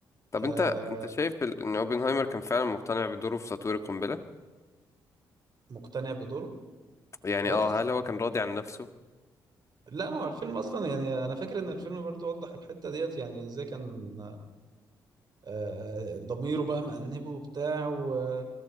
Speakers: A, on the left; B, on the right.
A: طب
B: آه
A: انت انت شايف ال- ان اوبنهايمر كان فعلا مقتنع بدوره في تطوير القنبلة
B: مقتنع بدوره
A: يعني
B: بص
A: اه هل هو كان راضي عن نفسه
B: لا ما هو الفيلم اصلا يعني انا فاكر ان الفيلم برضو وضح الحته ديت يعني ازاي كان آه، ضميره بقى مأنبه وبتاع و-